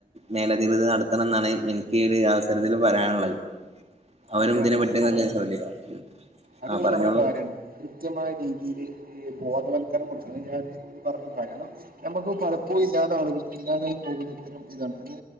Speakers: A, on the right; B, on the right.
A: മേലധികൃതർ നടത്തണം എന്നാണ് എനിക്ക് അവസരത്തിൽ പറയാനുള്ളത്. അവരും
B: അതെ
A: ഇതിനെ
B: അത്
A: പറ്റിന്നൊക്കെ
B: നിങ്ങൾ പറയ
A: ശ്രദ്ധിക്കണം
B: അത്
A: ആഹ്
B: നിങ്ങൾ
A: പറഞ്ഞോളൂ-
B: പറഞ്ഞ കാര്യമാണ് കൃത്യമായ രീതിയിയില് ഈ ബോധവൽക്കരണം കൊണ്ട്വരണം ഞാൻ പറഞ്ഞ കാരണം നമ്മുക്ക് പലപ്പോഴും ഇല്ലാത ആളുകൾ ഇല്ലാതായി പോകുന്ന ഇത്തരം ഇതാണ് അത്